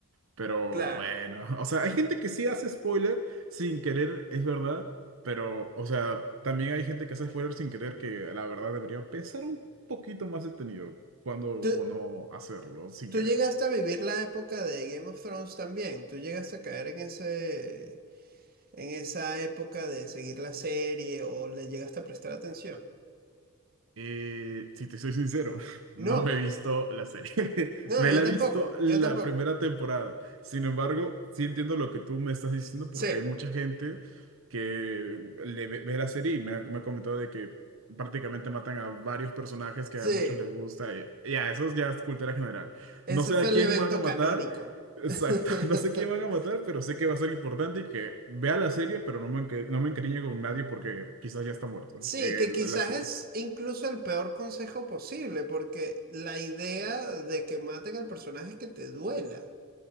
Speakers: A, on the right; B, on the right.
A: Pero
B: claro.
A: bueno, <laughs> o sea, hay gente que sí hace spoiler sin querer, es verdad, pero, o sea, también hay gente que hace spoiler sin querer que la verdad debería pensar un poquito más detenido cuando
B: ¿Tú,
A: o no hacerlo sin
B: tú
A: querer.
B: llegaste a vivir la época de Game of Thrones también? ¿Tú llegaste a caer en ese, en esa época de seguir la serie o le llegaste a prestar atención?
A: Eh, si te soy sincero, <laughs> no
B: No,
A: me he visto la serie.
B: no,
A: <laughs> Me
B: yo
A: la
B: tampoco,
A: he visto la
B: yo tampoco.
A: primera temporada. Sin embargo, sí entiendo lo que tú me estás diciendo
B: Sí,
A: porque hay mucha gente que le ve, ve la serie y me ha, me ha comentado de que prácticamente matan a varios personajes que
B: sí.
A: a muchos les gusta. Y, y a eso ya es cultura general.
B: Ese
A: No sé
B: fue
A: a
B: el
A: quién
B: evento
A: van a matar.
B: canónico.
A: Exacto,
B: <laughs>
A: <laughs> no sé quién van a matar, pero sé que va a ser importante y que vea la serie, pero no me, enca- no me encariñe con nadie porque quizás ya está muerto
B: Sí,
A: eh,
B: que
A: la
B: quizás
A: serie.
B: es incluso el peor consejo posible, porque la idea de que maten al personaje es que te duela.